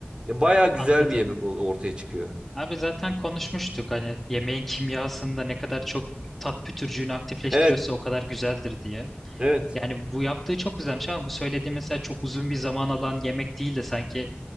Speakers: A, on the right (about 25°); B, in the centre.
A: Ya bayağı güzel
B: Anladım.
A: bir yemek ol- ortaya çıkıyor.
B: Abi zaten konuşmuştuk hani yemeğin kimyasında ne kadar çok tat pütürcüğünü aktifleştiriyorsa
A: Evet.
B: o kadar güzeldir diye.
A: Evet.
B: Yani
A: <laughs>
B: bu yaptığı çok güzelmiş ama bu söylediğim mesela çok uzun bir zaman alan yemek değil de sanki